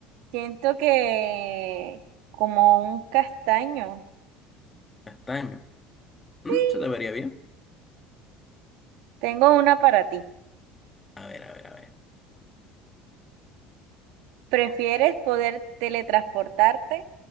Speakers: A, on the right; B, on the left.
A: siento que como un castaño.
B: Castaño. Mm,
A: Sí,
B: se te vería bien.
A: Tengo una para ti.
B: A ver, a ver, a ver.
A: ¿Prefieres poder teletransportarte